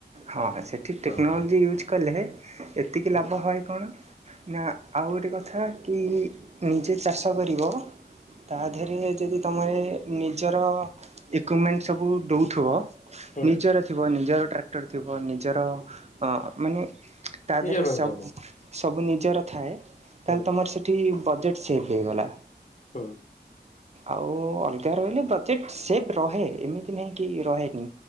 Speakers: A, on the right; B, on the left.
A: ହଁ ସେଇଠି
B: ହଁ
A: ଟେକ୍ନୋଲୋଜି ୟୁଜ୍ କଲେ ଏତିକି
B: ହଁ
A: ଲାଭ ହଏ କଣ? ନା ଆଉ ଗୋଟେ କଥା କି ନିଜେ ଚାଷ କରିବ। ତା ଦେହରେ ଯଦି ତୁମରେ ନିଜର ଇକୁମେଣ୍ଟ ସବୁ ଦୋଉଥିବ
B: ହୁଁ
A: ନିଜର ଥିବ ନିଜର ଟ୍ରାକ୍ଟର ଥିବ ନିଜର ଅ ମାନେ ତା
B: ନିଜର
A: ଦେହରେ ସବୁ
B: ହିସାବ
A: ସବୁ ନିଜର ଥାଏ ତାହେଲେ
B: ହୁଁ
A: ତମର ସେଠି ପ୍ରଜେକ୍ଟ୍ ସେଫ ହୋଇଗଲା।
B: ହୁଁ।
A: ଆଉ ଅଲଗା ରହିଲେ ବଜେଟ୍ ସେମ୍ ରହେ ଏମିତି ନାହିଁ କି ରହେନି।